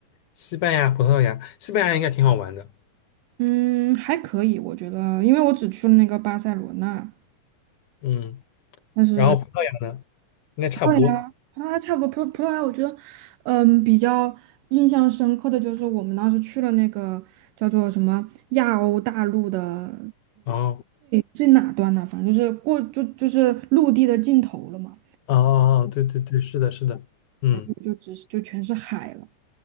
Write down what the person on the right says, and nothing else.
嗯，还可以，我觉得，因为我只去了那个巴塞罗那。
但是。
葡萄牙，葡萄牙差不多，葡葡萄牙，我觉得，嗯，比较印象深刻的就是我们当时去了那个叫做什么亚欧大陆的
最哪端呢？反正就是过就就是陆地的尽头了嘛，
就就只是就全是海了。